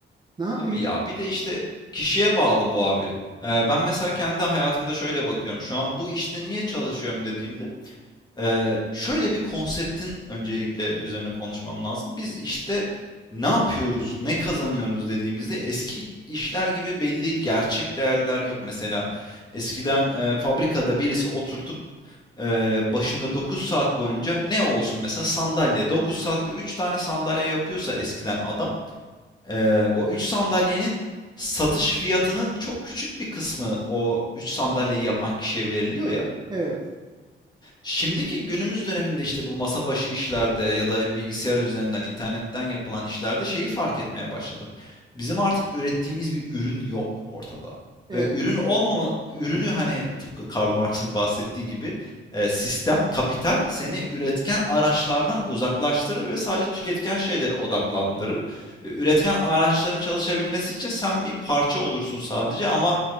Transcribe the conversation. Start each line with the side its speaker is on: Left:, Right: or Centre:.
Right: Ne yapayım?
Left: Tabii ya. Bir de işte kişiye bağlı bu abi. Eee, ben mesela kendi hayatımda şöyle bakıyorum. Şu an bu işte niye çalışıyorum dediğimde eee, şöyle bir konseptin öncelikle üzerine konuşmam lazım. Biz işte ne yapıyoruz, ne kazanıyoruz dediğimizde eski işler gibi belli gerçek değerler yok. Mesela eskiden eee, fabrikada birisi oturtup eee, başında 9 saat boyunca ne olsun mesela sandalye 9 saatte 3 tane sandalye yapıyorsa eskiden adam Eee, o 3 sandalyenin satış fiyatının çok küçük bir kısmı o 3 sandalyeyi yapan kişiye veriliyor ya.
Right: Evet.
Left: Şimdiki günümüz döneminde işte bu masa başı işlerde ya da bilgisayar üzerinden, internetten yapılan işlerde şeyi fark etmeye başladım. Bizim artık ürettiğimiz bir ürün yok ortada.
Right: Evet.
Left: Ve ürün olmama, ürünü hani tıpkı Karl Marx'ın bahsettiği gibi e, sistem, kapital seni üretken araçlardan uzaklaştırır ve sadece tüketken şeylere odaklandırır. Ve Üretken araçların çalışabilmesi için sen bir parça olursun sadece ama